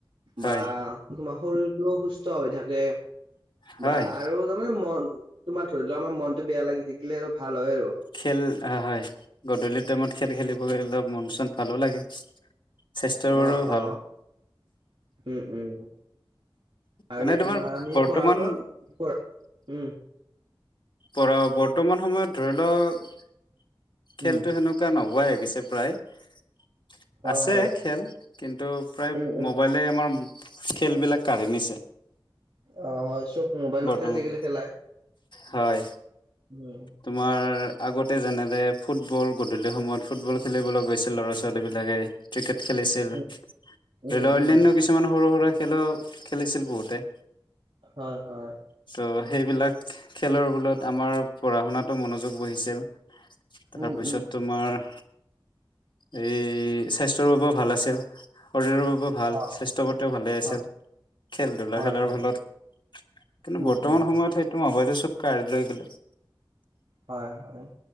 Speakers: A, on the left; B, on the right.
A: হয়
B: বা তোমাৰ শৰীৰটোও সুস্থ হৈ থাকে
A: হয়
B: বা আৰু তাৰমানে মন তোমাৰ ধৰি লোৱা আমাৰ মনটো বেয়া লাগি থাকিলে আৰু ভাল হয় আৰু
A: খেল হয় গধূলি টাইমত খেল খেলিব গলে মন চন ভালো লাগে স্বাস্থ্যৰ বাবেও
B: অ
A: ভাল
B: অ উম উম আৰু
A: এনে
B: তোমাৰ আমি
A: বৰ্তমান
B: পঢ়া শুনা কৰা উম
A: পৰা বৰ্তমান সময়ত ধৰি লওক খেলটো
B: উম
A: হেনো <unintelligible>
B: অ
A: আছে
B: হয়
A: খেল কিন্তু প্ৰায় মবাইল
B: উম উম
A: মবাইলে আমাৰ খেলবিলাক কাঢ়ি নিছে
B: অ হয় চব মোবাইলতে
A: বৰ্তমান
B: আজিকালি খেলাই
A: হয়
B: উম
A: তোমাৰ আগতে যেনেদৰে ফুটবল গধূলি সময়ত ফুটবল খেলিবলৈ গৈছিল ল'ৰা ছোৱালীবিলাকে ক্ৰিকেট খেলিছিল ধৰি
B: উম উম
A: লোৱা
B: উম
A: অন্যান্য কিছুমান সৰু সৰু খেলো খেলিছিল বহুতে
B: হয় হয়
A: ত' সেইবিলাক খেলৰ বলত আমাৰ পঢ়া শুনাতো মনোযোগ বহিছিল তাৰপিছত
B: উম উম
A: তোমাৰ এই স্বাস্থ্যৰ বাবেও ভাল আছিল শৰীৰৰ বাবেও ভাল
B: অ
A: স্বাস্থ্যৰ প্ৰতিও ভালে আছে
B: হয়
A: খেল ধূলা
B: হয়
A: খেলাৰ
B: হয়
A: ফলত কিন্তু
B: উম
A: বৰ্তমান
B: উম
A: সময়ত সেইটো মোবাইলটোৱে চব কাঢ়ি লৈ গ'লে
B: হয় হয়